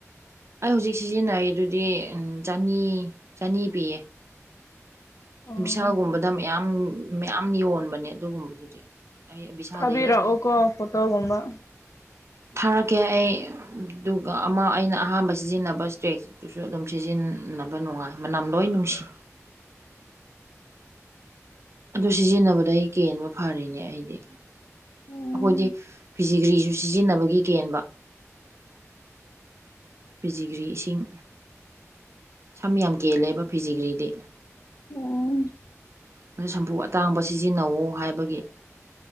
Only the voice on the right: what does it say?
ꯑꯩ ꯍꯧꯖꯤꯛ ꯁꯤꯖꯤꯟꯅꯔꯤꯗꯨꯗꯤ ꯆꯅꯤ ꯆꯅꯤ ꯄꯤꯌꯦ
ꯕꯤꯁꯥꯜ ꯒꯨꯝꯕꯗ ꯃꯌꯥꯝ ꯃꯌꯥꯝ ꯌꯣꯟꯕꯅꯦ ꯑꯗꯨꯒꯨꯝꯕꯗꯨꯗꯤ ꯑꯩ ꯕꯤꯚꯤꯁꯥꯜꯗꯩ
ꯂꯩꯔꯛꯏꯅꯦ
ꯊꯥꯔꯛꯀꯦ ꯑꯩ ꯑꯗꯨꯒ ꯑꯃ ꯑꯩꯅ ꯑꯍꯥꯟꯕ ꯁꯤꯖꯤꯟꯅꯕ ꯏꯁꯇ꯭ꯔꯦꯛꯁꯇꯨꯁꯨ ꯑꯗꯨꯝ ꯁꯤꯖꯤꯟꯅꯩ ꯅꯕ ꯅꯨꯡꯉꯥꯏ ꯝꯅꯥꯝ ꯂꯣꯏ ꯅꯨꯡꯁꯤ ꯑꯗꯨ ꯁꯤꯖꯤꯟꯅꯕꯗ ꯑꯩ ꯀꯦꯟꯕ ꯐꯔꯤꯅꯦ ꯑꯩꯗꯤ
ꯑꯩꯈꯣꯏꯗꯤ ꯐꯤꯖꯤꯒ꯭ꯔꯤꯁꯨ ꯁꯤꯖꯤꯟꯅꯕꯒꯤ ꯀꯦꯟꯕ ꯐꯤꯖꯤꯒ꯭ꯔꯤ ꯏꯁꯤꯡ ꯁꯝ ꯌꯥꯝ ꯀꯦꯜꯂꯦꯕ ꯐꯤꯖꯤꯒ꯭ꯔꯤꯗꯤ
ꯑꯗꯨ ꯁꯝꯄꯨ ꯑꯇꯥꯡꯕꯁꯤ ꯁꯤꯖꯤꯟꯅꯧ ꯍꯥꯏꯕꯒꯤ